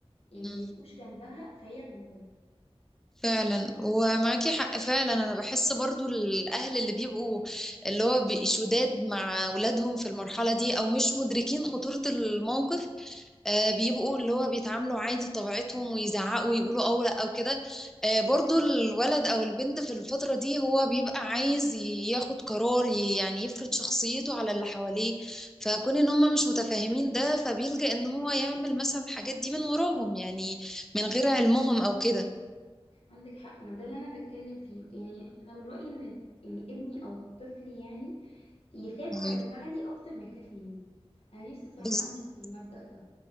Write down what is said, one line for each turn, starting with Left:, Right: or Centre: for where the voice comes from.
Left: يعني
Centre: أمم،
Left: ما يبقوش جنبها فهي تنطلق
Centre: فعلا ومعاكي حق فعلا انا بحس برضو الاهل اللي بيبقوا اللي هو بي- شداد مع اولادهم في المرحله دي او مش مدركين خطوره الموقف آه، بيبقوا اللي هو بيتعاملوا عادي بطبيعتهم ويزعقوا ويقولوا او لا او كده آه، برضو الولد او البنت في الفترة دي هو بيبقى عايز ياخد قرار ي- يعني يفرض شخصيته على اللي حواليه فكون ان هم مش متفاهمين ده فبيلجأ ان هو يعمل مثلا الحاجات دي من وراهم يعني من غير علمهم او كده
Left: عندك حق ما ده اللي انا بتكلم فيه يعني انا من رأيي ان ان ابني او الطفل يعني يخاف
Centre: ايوه
Left: على زعلي اكتر ما يخاف مني انا نفسي صراحة
Centre: بالظبط.
Left: امشي بالمبدأ ده